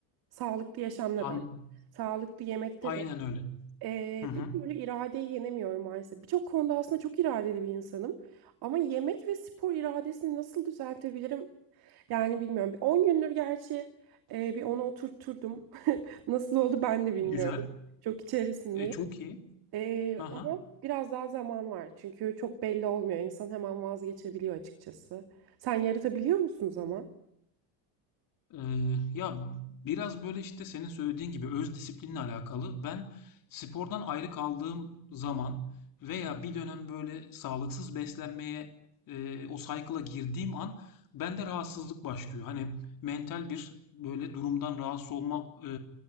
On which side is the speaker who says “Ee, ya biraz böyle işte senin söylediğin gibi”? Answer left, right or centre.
Left